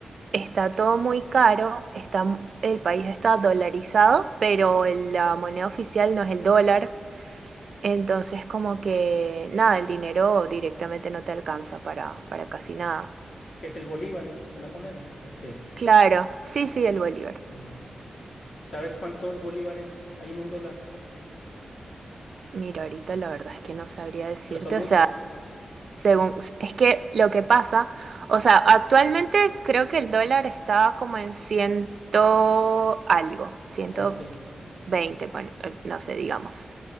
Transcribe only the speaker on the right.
está todo muy caro, está, el país está dolarizado, pero el- la moneda oficial no es el dólar. Entonces, como que nada, el dinero directamente no te alcanza para, para casi nada.
Claro, sí, sí, el Bolívar.
Mira, ahorita la verdad es que no sabría decirte,
o sea, Según, es que lo que pasa, o sea, actualmente creo que el dólar estaba como en ciento algo, 120,
pon- eh, no sé, digamos.